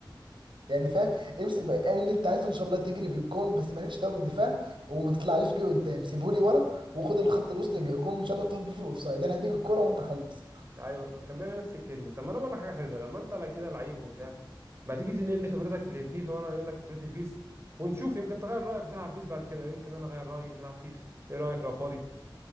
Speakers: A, on the right; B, on the right.
A: يعني فاهم امسك بقى اعمل اللي انت عايزه ان شاء الله تجري بالجون بس مالكش دعوه بالدفاع وما تطلعليش بيه قدام سيبهولي ورا وخد الخط الوسط الهجوم ان شاء الله تقف بيه في الاوفسايد انا هديك الكوره وانت خلص
B: ايوه كان بيعمل نفس الكلمه طب ما انا بقول لك حاجه حلوه لما انت لا كده لعيب وبتاع ما تيجي تنقلني خبرتك لفيفا وانا انقل لك خبرتي البيس ونشوف يمكن تغير رايك وتلعب بيس بعد كده يمكن انا اغير رايي ونلعب فيفا ايه رايك لو فاضي